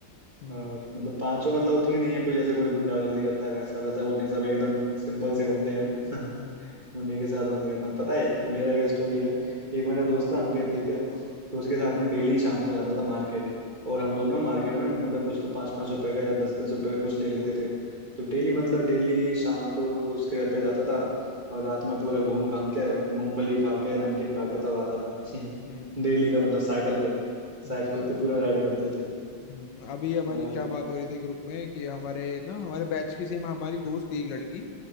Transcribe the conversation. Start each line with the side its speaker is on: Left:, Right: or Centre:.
Left: हम्म
Right: और मतलब पांचों मतलब उतनी नहीं है कोई जैसे कोई गुंडागर्दी करता है वैसा वैसा कुछ नहीं सब एकदम सिंपल से बंदे हैं
Left: हम्म
Right: उन्हीं के साथ मजे करता हूँ पता है ये मेरा एक स्टोरी है एक मेरा दोस्त था अंकित ठीक है तो उसके साथ में डेली शाम को जाता था मार्केट और हम दोनों मार्केट में मतलब कुछ तो पाँच पाँच रुपए का या दस दस रुपए का कुछ ले लेते थे तो डेली मतलब डेली शाम को उसके घर पे जाता था और रात में पूरा घूम घाम के मूंगफली खा के नमकीन खा के तब आता था <laughs>
Left: हम्म,
Right: डेली का मतलब साइकिल पे
Left: अच्छा
Right: साइकिल पे पूरा राइड करते थे
Left: हम्म, अभी हमारी
Right: और
Left: क्या बात
Right: क्या
Left: हो रही थी ग्रुप में कि हमारे ना हमारे बैच की सेम हमारी दोस्त थी एक लड़की